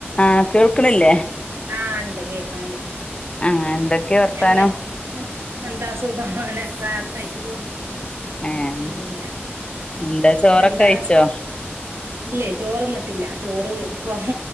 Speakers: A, on the left; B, on the right.
A: ആ കേൾക്കണില്ലേ
B: ആ ഉണ്ട് കേക്കണ്ട്
A: ആഹ് എന്തൊക്കെയ വർത്താനം
B: എന്തൊക്കെയ എന്താ സുഖം ആണ് രാത്ത ആയിട്ട് പോണ്
A: ഏഹ്
B: പിന്നെ
A: എന്താ ചോറൊക്കെ
B: എന്താ
A: കഴിച്ചോ
B: ഇല്ലേ ചോറന്നിട്ടില്ല ചോറ് ഇപ്പ